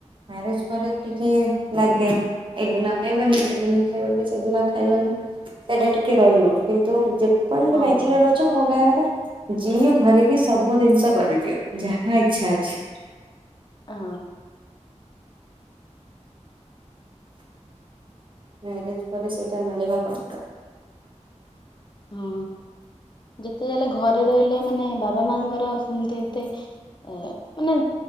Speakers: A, on the right; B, on the left.
A: ମ୍ୟାରେଜ ପରେ ଟିକେ ନାଗେ। ଏଦିନ ଖାଇବନି ସେଦିନ ଖାଇବନି ସେଦିନ ଖାଇବନି। ସେଟା ଟିକେ ରହିବ। କିନ୍ତୁ ଯେ ଆପଣ ଯେମିତି
B: ହଁ
A: ବ୍ୟାଚଲର୍ ଅଛ ମୋ କହିବା କଥା ଜି ଭରିକି ସବୁ ଜିନିଷ କରିଦିଅ। ଯାହା ଇଚ୍ଛା ଅଛି।
B: ଆଉ।
A: ମ୍ୟାରେଜ ପରେ ସେଇଟା ମିଳିବା କ
B: ହଁ ଯେତେ ଯାହେଲେ ଘରେ ରହିଲେ ମାନେ ବାବା ମାଙ୍କର ସେମିତି ଏତେ ଓ ମାନେ